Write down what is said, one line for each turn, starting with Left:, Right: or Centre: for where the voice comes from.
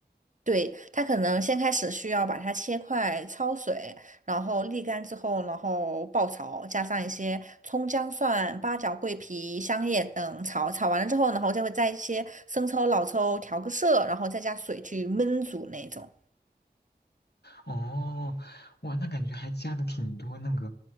Right: 对，它可能先开始需要把它切块，焯水，然后沥干之后，然后爆炒，加上一些葱姜蒜、八角、桂皮、香叶等炒，炒完了之后，然后再会加一些生抽、老抽调个色，然后再加水去焖煮那种。
Left: 哦，哇，那感觉还加的挺多那个